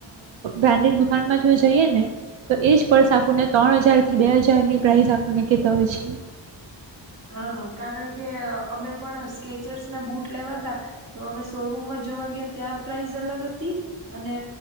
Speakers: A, on the right; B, on the right.
A: બ્રાન્ડેડ દુકાનમાં જો જઈએ ને તો એજ પર્સ આપણને ત્રણ હજાર થી બે હજારની પ્રઇસ આપણને કેતા હોય છે.
B: હા કારણ કે અમે પણ સ્કેચર્સ ના બુટ લેવા ત તો હવે શોરૂમમાં જોવા ગયા ત્યાં પ્રાઇસ અલગ હતી. અને